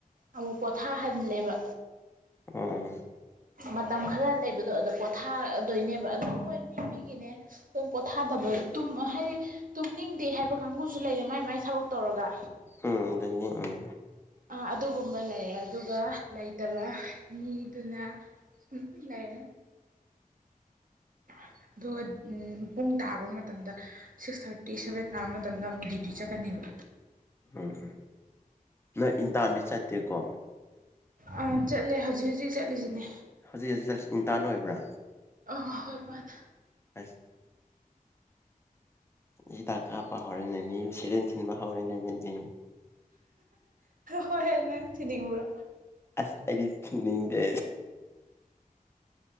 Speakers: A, on the right; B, on the left.
A: ꯑꯃꯨꯛ ꯄꯣꯊꯥꯍꯜꯂꯦꯕ
B: ꯑꯣ
A: ꯃꯇꯝ ꯈꯔ ꯂꯩꯕꯗꯣ ꯑꯗꯨꯝ ꯄꯣꯊꯥꯗꯣꯏꯅꯦꯕ ꯑꯗꯨꯝ ꯍꯣꯏ ꯃꯤ ꯃꯤꯒꯤꯅꯦ ꯑꯗꯨꯝ ꯄꯣꯊꯥꯗꯕ ꯍꯥꯏꯗꯤ ꯇꯨꯝꯅꯤꯡꯗꯦ ꯍꯥꯏꯕ ꯀꯥꯡꯕꯨꯁꯨ ꯂꯩꯌꯦ ꯃꯥꯏ ꯃꯥꯏ ꯊꯕꯛ ꯇꯧꯔꯒ
B: ꯎꯝ ꯂꯩꯌꯦ ꯎꯝ
A: ꯑꯥ ꯑꯗꯨꯒꯨꯝꯕ ꯂꯩꯌꯦ ꯑꯗꯨꯒ ꯂꯩꯇꯕ ꯃꯤꯗꯨꯅ ꯂꯩ <inaudible> ꯑꯗꯨꯒ ꯎꯝ ꯄꯨꯡ ꯇꯥꯕ ꯃꯇꯝꯗ ꯁꯤꯛꯁ ꯊꯥꯔꯇꯤ ꯁꯕꯦꯟ ꯇꯥꯕ ꯃꯇꯝꯗ ꯑꯃꯨꯛ ꯗ꯭ꯌꯨꯇꯤ ꯆꯠꯀꯅꯦꯕ
B: ꯎꯝ ꯅꯪ ꯏꯟꯇꯥꯔꯟꯗꯤ ꯆꯠꯇꯦꯀꯣ
A: ꯑꯥ ꯆꯠꯂꯦ ꯍꯧꯖꯤꯛ ꯍꯧꯖꯤꯛ ꯆꯠꯂꯤꯁꯤꯅꯦ
B: ꯍꯧꯖꯤꯛ ꯍꯧꯖꯤꯛ ꯆꯠꯂꯤꯁꯤ ꯏꯟꯇꯥꯅ ꯑꯣꯏꯕ꯭ꯔꯥ
A: ꯑꯥ ꯍꯣꯏ ꯃꯥꯅꯦ
B: <unintelligible> ꯍꯤꯗꯥꯛ ꯀꯥꯞꯄ ꯍꯧꯔꯦꯅꯦ ꯃꯤꯁꯨ ꯁꯦꯔꯦꯟ ꯊꯤꯟꯕ ꯍꯧꯔꯦꯅꯦ ꯑꯗꯨꯗꯤ
A: ꯍꯣꯏ ꯅꯪ ꯊꯤꯅꯤꯡꯕ꯭ꯔꯣ
B: ꯑꯁ ꯑꯩꯗꯤ ꯊꯤꯟꯅꯤꯡꯗꯦ